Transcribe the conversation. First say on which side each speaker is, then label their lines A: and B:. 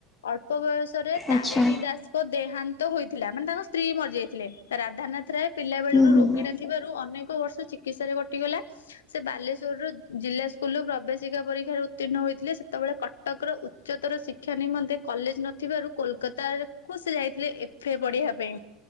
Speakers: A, on the left; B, on the left.
A: ଅଳ୍ପ ବୟସରେ ତାରିଣୀ
B: ଆଚ୍ଛା
A: ଦାସଙ୍କ ଦେହାନ୍ତ ହୋଇ ଥିଲା। ମାନେ ତାଙ୍କ ସ୍ତ୍ରୀ ମରିଯାଇଥିଲେ। ରାଧାନାଥ ରାୟ ପିଲା ବେଳୁରୁ
B: ହୁଁ ହୁଁ
A: ରୋଗୀଣା ଥି ଥିବାରୁ ଅନେକ ବର୍ଷ ଚିକିତ୍ସାରେ କଟିଗଲା। ସେ ବାଲେଶ୍ଵର ରୁ ଜିଲ୍ଲା ସ୍କୁଲ ରୁ ପ୍ରବେଶିକା ପରୀକ୍ଷାରେ ଉତ୍ତୀର୍ଣ ହୋଇଥିଲେ। ସେତେବେଳେ କ କଟକର ଉଚ୍ଚତର ଶିକ୍ଷା ନିମନ୍ତେ କଲେଜ୍ ନଥିବାରୁ କୋଲକତା କୁ ସେ ଯାଇଥିଲେ ଏ ଫେ ପଢିବା ପାଇଁ।